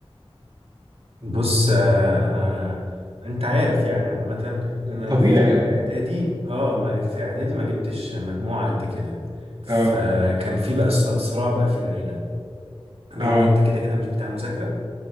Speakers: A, on the right; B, on the right.
A: بص آه، انا انت عارف يعني عامه انا
B: طبيعي
A: في اعدادي
B: اه
A: اه ما- في اعدادي ما جبتش مجموعه قد كده فكان
B: اه
A: في بقى الص- صراع بقى في العيله ان
B: اه
A: هو انت كده كده مش بتاع مذاكره